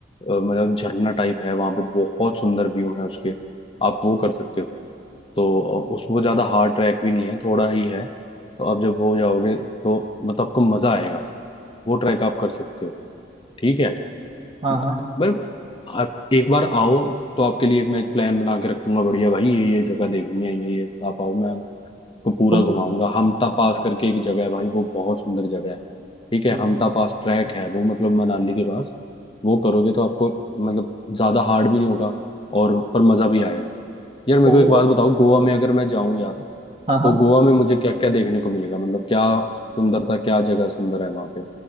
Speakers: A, on the left; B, on the right.
A: मतलब झरना टाइप है वहां पे बहुत सुंदर व्यू है उसके आप वो कर सकते हो तो उसमें वो ज़्यादा हार्ड ट्रैक भी नहीं है थोड़ा ही है तो आप जब वो हो जाओगे तो मतलब आपको मज़ा आएगा वो ट्रैक आप कर सकते हो ठीक है
B: हाँ
A: पर
B: हाँ
A: आप एक बार आओ तो आपके लिए एक मैं एक प्लान बना के रखूंगा बढ़िया भाई ये ये जगह देखनी है ये ये आप आओ मैं आपको पूरा
B: तुम
A: घुमाऊंगा हमटा पास करके एक जगह है भाई वो बहुत सुंदर जगह है ठीक है
B: ठीक।
A: हमटा पास ट्रैक है वो मतलब मनाली के पास वो करोगे तो आपको मतलब ज़्यादा हार्ड भी नहीं होगा और पर मज़ा भी आएगा यार मेरे
B: तो
A: को एक बात बताओ गोवा में अगर मैं जाऊं यार
B: हाँ हाँ
A: तो गोवा में मुझे क्या क्या देखने को मिलेगा मतलब क्या सुंदरता क्या जगह सुंदर है वहां पे